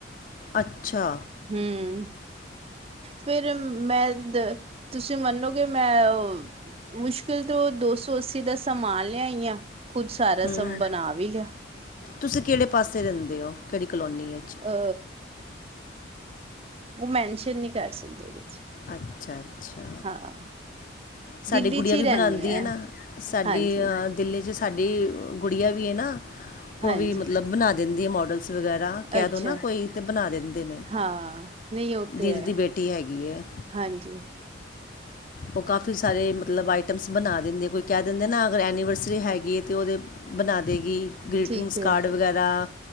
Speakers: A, on the left; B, on the right.
A: ਅੱਛਾ
B: ਹਮ ਫਿਰ ਮੈਂ ਤੁਸੀਂ ਮੰਨੋਗੇ ਮੈਂ ਔ ਮੁਸ਼ਕਿਲ ਤੋਂ ਦੋ ਸੌ ਅੱਸੀ ਦਾ ਸਮਾਨ ਲਿਆਈ ਆ, ਖੁੱਦ ਸਾਰਾ
A: ਹੂੰ
B: ਸਮ ਬਣਾ ਵੀ ਲਿਆ
A: ਤੁਸੀਂ ਕਿਹੜੇ ਪਾਸੇ ਰਹਿੰਦੇ ਹੋ, ਕਿਹੜੀ ਕਲੋਨੀ ਵਿੱਚ
B: ਅ ਉਹ ਮੈਨਸ਼ਨ ਨਹੀਂ ਕਰ ਸਕਦੇ ਉਹਦੇ ਚ
A: ਅੱਛਾ-ਅੱਛਾ।
B: ਹਾਂ
A: ਸਾਡੀ
B: ਦਿੱਲੀ
A: ਗੁੜੀਆਂ
B: ਚ ਹੀ
A: ਵੀ
B: ਰਹਿੰਦੀ
A: ਬਣਾਉਂਦੀਆਂ
B: ਆ
A: ਨਾ। ਸਾਡੀ
B: ਹਾਂਜੀ
A: ਦਿੱਲੀ ਚ ਸਾਡੀ ਗੁੜੀਆਂ ਵੀ ਹੈ ਨਾ
B: ਹਾਂਜੀ
A: ਉਹ ਵੀ ਮਤਲਬ ਬਣਾ ਦਿੰਦੀ ਆ ਮੋਡਲਸ ਵਗੈਰਾ ਕਹਿ
B: ਅੱਛਾ
A: ਦੋ ਨਾ ਕੋਈ, ਤੇ ਬਣਾ ਦਿੰਦੇ ਨੇ।
B: ਹਾਂ ਨਹੀਂ ਉਹ ਤੇ
A: ਦੀਦੀ
B: ਹੈ
A: ਦੀ ਬੇਟੀ ਹੈਗੀ ਇਹ।
B: ਹਾਂਜੀ।
A: ਉਹ ਕਾਫੀ ਕਫੀ ਸਾਰੇ ਮਤਲਬ ਆਈਟਮਸ ਬਣਾ ਦਿੰਦੇ, ਕੋਈ ਕਹਿ ਦਿੰਦੇ ਨਾ ਅਗਰ ਐਨੀਵਰਸਰੀ ਹੈਗੀ ਹੈ। ਤਾਂ ਉਹਦੇ ਬਣਾ ਦੇਗੀ। ਗਰੀਟਿੰਗਸ
B: ਠੀਕ
A: ਕਾਰਡ
B: ਹੈ
A: ਵਗੈਰਅ।